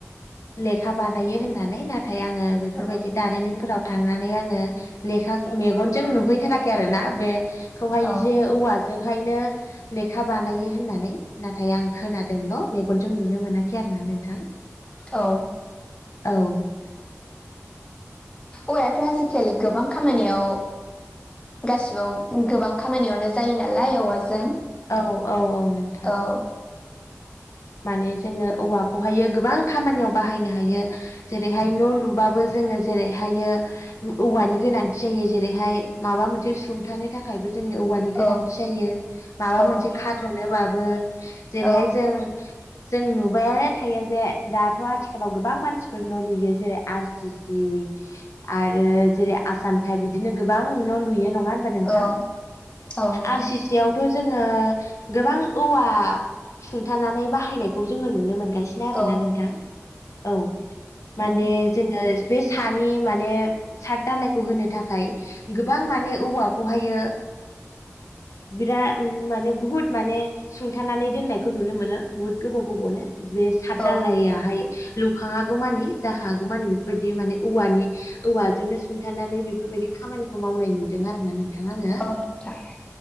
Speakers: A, on the left; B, on the left.
A: लेखा बानायो होननानै नाथाय आङो बेफोरबायदि
B: औ
A: दारिमिनफोराव थांनानै आङो ओ लेखा ओ मेगनजों नुहैथाराखै आरोना बे खौहाय
B: औ
A: जे औवाजोंहायनो लेखा बानायो। होननानै नाथाय आं खोनादोंल' मेगनजों नुनो मोनाखै आरो ना नोंथां।
B: औ।
A: औ
B: औवायाथ' आजिखालि गोबां खामानियावो गासिबाव गोबां खामानियावनो जायो नालाय औवाजों।
A: औ औ औ नोंथां।
B: ओ
A: माने जोङो औवाखौहायो गोबां खामानियाव बाहायनो हायो। जेरैहाय न' लुबाबो जोङो जेरैहायो। औवानि गोनांथि जायो जेरैहाय माबा मोनसे सुंथानो थाखायबो जोंनो औवानि
B: औ
A: गोनांथि जायो माबा
B: औ
A: मोनसे खाथ'नोबाबो जेरैहाय
B: औ
A: जों
B: <inaudible>
A: जों नुबायानो थायो जे दाथ' आथिखालाव गोबां मानसिफोरन' लुयो जेरै आर सि सि आरो जेरै आसामथायाइप बिदिनो गोबां न' लुयो नङा होमबा नोंथां
B: औ औ नोंथां
A: आर सि बेयावथ' जोङो गोबां औवा सुंथानानै ओ बायनायखौ जो नुनो मोनगासिनो आरोना
B: औ
A: नोंथां औ माने
B: उम
A: ओ जोङो बे सानि माने सात दलायखौ होनो थाखाय गोबां माने औवाखौहायो बिरा माने बुहुत माने सुंथानानै दोननायखौ नुनो मोनो बुहुत गोबाव गोबावनो बे सात
B: औ
A: दालायाहाय लुखाङागौ मानि जाखाङांगौ मानि बेफोरबायदि माने औवानि औवाजोंनो सुंथानानै बेफोरबायदि खामानिखौ मावनाय नुदों आरो ना नों थां आङो
B: औ नोंथां